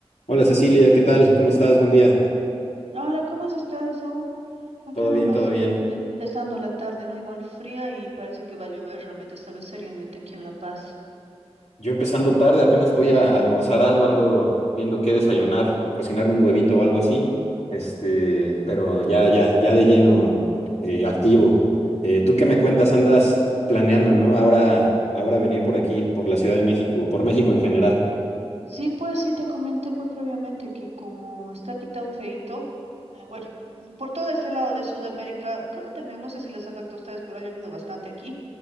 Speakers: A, on the left; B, on the right.
A: Hola Cecilia, ¿qué tal? ¿Cómo estás? Buen día.
B: Hola, ¿cómo has estado, Saúl? Acá
A: Todo
B: nomás
A: bien, todo bien.
B: em, empezando la tarde, ¿no? Igual fría y parece que va a llover realmente esta vez seriamente aquí en La Paz.
A: Yo empezando tarde, apenas voy a almorzar algo, ando viendo qué desayunar, cocinarme un huevito o algo así. Este, pero ya, ya, ya de lleno eh, activo. Eh, ¿tú qué me cuentas? Andas planeando, ¿no? Ahora, ahora venir por aquí, por la Ciudad de México, por México en general.
B: Sí, pues sí, te comenté pues previamente que como está aquí tan feito, eh, bueno, por todo este lado de Sudamérica, creo que también, no sé si les afecta a ustedes, pero ha llovido bastante aquí,